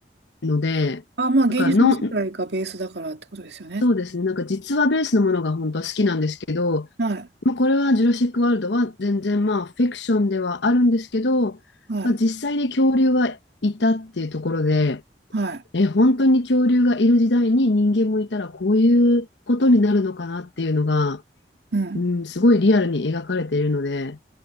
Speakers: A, on the left; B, on the right.
A: ので、
B: あ、まあ、
A: だからの
B: 芸術の世界がベースだからってことですよね。
A: そうですね。なんか実話ベースのものが本当は好きなんですけど、
B: はい、
A: まあ、これはジュラシック・ワールドは全然まあフィクションではあるんですけど、
B: はい、
A: まあ、実際に恐竜はいたっていうところで、
B: はい。
A: え、本当に恐竜がいる時代に人間もいたらこういうことになるのかなっていうのが、
B: うん。
A: うん、すごいリアルに描かれているので、